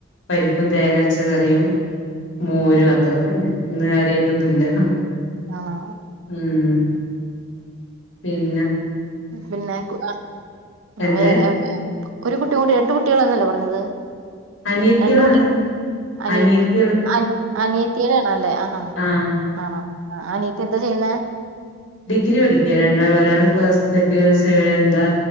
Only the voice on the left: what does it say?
പരിപ്പും തേങ്ങരച്ചക്കറിയും
മോരും അത്രത്തന്നെ ഇന്ന് കാര്യായിട്ടൊന്നൂല്ല.
ഉം പിന്നാ
എന്ത്
അനിയത്തികളാണ്.
അനിയത്തികള്
ആഹ്
ഡിഗ്രി പഠിക്കയാ രണ്ടാളും ഒരാള് ഫസ്റ്റ് <unintelligible> എന്താ